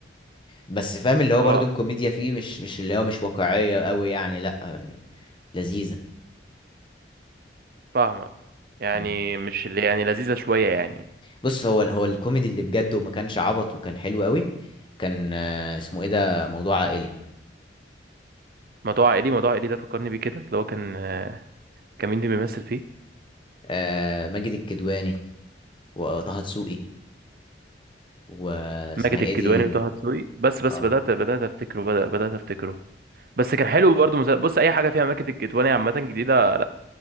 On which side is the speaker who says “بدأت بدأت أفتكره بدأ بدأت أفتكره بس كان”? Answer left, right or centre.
Right